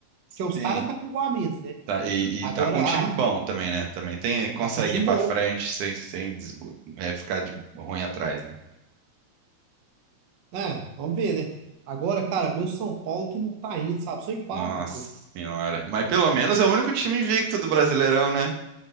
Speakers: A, on the right; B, on the right.
A: Sim,
B: porque os caras tá com gol a menos, né?
A: Tá, e,
B: Agora,
A: e tá com um time
B: ah,
A: bom também, né? Também tem, consegue
B: tá com um time
A: ir pra
B: bom.
A: frente sem, sem desgo- é, ficar de ruim atrás, né?
B: né? vamos ver, né? Agora, cara, meu São Paulo que não tá indo, sabe? Só empata,
A: Nossa
B: pô.
A: senhora. Mas pelo menos é o único time invicto do Brasileirão, né?